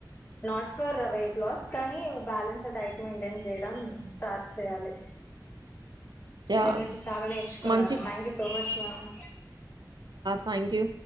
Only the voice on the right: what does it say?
యాహ్!
మంచి
థ్యాంక్ యూ